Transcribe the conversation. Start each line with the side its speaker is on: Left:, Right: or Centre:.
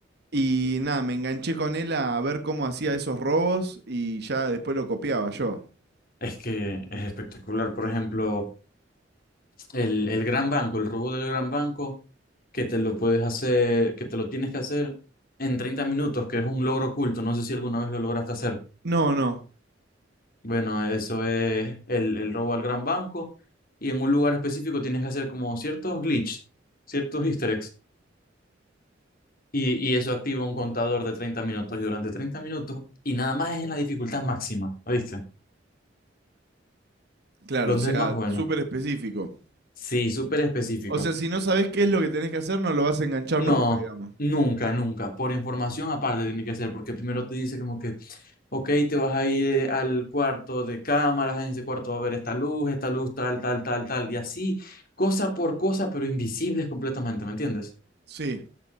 Right: Y nada, me enganché con él a ver cómo hacía esos robos y ya después lo copiaba yo.
Left: Es que es espectacular. Por ejemplo. El, el gran banco, el robo del gran banco, que te lo puedes hacer, que te lo tienes que hacer en 30 minutos, que es un logro oculto. No sé si alguna vez lo lograste hacer.
Right: No, no,
Left: Bueno, eso es el, el robo al gran banco. Y en un lugar específico tienes que hacer como ciertos glitches, ciertos easter eggs. Y, y eso activa un contador de 30 minutos. Y durante 30 minutos, y nada más es en la dificultad máxima, ¿oíste?
Right: claro,
Left: Donde
Right: o sea,
Left: es más bueno.
Right: súper específico.
Left: Sí, súper específico.
Right: O sea, si no sabes qué es lo que tenés que hacer, no lo vas a enganchar
Left: No,
Right: nunca, digamos.
Left: nunca, nunca. Por información aparte tiene que ser, porque primero te dice como que, ok, te vas a ir eh, al cuarto de cámaras, en ese cuarto va a haber esta luz, esta luz, tal, tal, tal, tal, y así, cosa por cosa, pero invisibles completamente, ¿me entiendes?
Right: Sí,